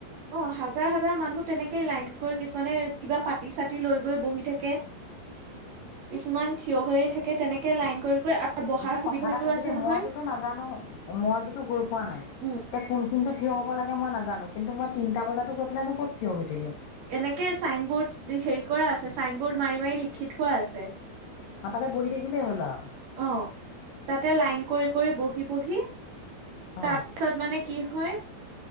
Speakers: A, on the right; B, on the left.
A: অ' হাজাৰ হাজাৰ মানুহ তেনেকেই লাইন কৰি কিছুমানে কিবা পাতি চাতি লৈ গৈ বহি থাকে। কিছুমান থিয় হৈ থাকে তেনেকে লাইন কৰি কৰি আৰু বহাৰ
B: এতিয়া
A: সুবিধাটো
B: কথা এটা কৈছোঁ
A: আছে
B: দেই
A: নহয়
B: মইতোতো নাজানো মইতোতো গৈ পোৱা নাই।
A: উম
B: এতিয়া কোনখিনিতে থিয় হব লাগে মই নাজানো কিন্তু মই তিনটা বজাতো গৈ পেলাইনো ক'ত থিয় হৈ থাকম?
A: এনেকে চাইনবৰ্ড হেৰি কৰা আছে চাইন বৰ্ড মাৰি মাৰি লিখি থোৱা আছে।
B: আৰু তাতে বহি থাকিলে হ'ল আৰু
A: অ তাতে লাইন কৰি -কৰি -বহি -বহি
B: অ
A: তাৰপিছত মানে কি হয়?